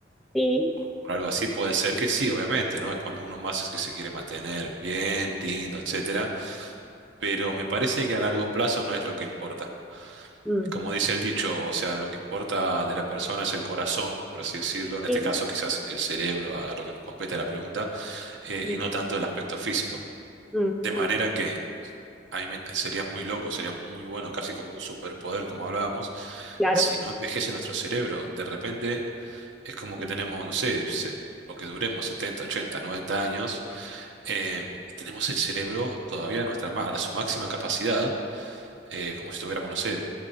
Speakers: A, in the centre; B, on the right.
A: Sí,
B: o algo así, puede ser que sí, obviamente, ¿no? Es cuando uno más es que se quiere mantener bien, lindo, etcétera. Pero me parece que a largo plazo no es lo que importa.
A: mm, mm,
B: Como dice el dicho, o sea, lo que importa de la persona es el corazón, por así decirlo, en este
A: sí,
B: caso quizás el cerebro, a, lo que nos compete la pregunta, eh,
A: mm,
B: y no tanto
A: sí,
B: el aspecto físico.
A: mm, mm.
B: De manera
A: mm,
B: que a mí me- sería muy loco, sería muy bueno, casi como un superpoder, como hablábamos,
A: claro.
B: si no envejece nuestro cerebro. De repente es como
A: Sí,
B: que tenemos, no sé, se- lo que duremos, 70 80 90 años, eh, tenemos el cerebro todavía a, nuestra, ma- a su máxima capacidad, eh, como si tuviéramos, no sé,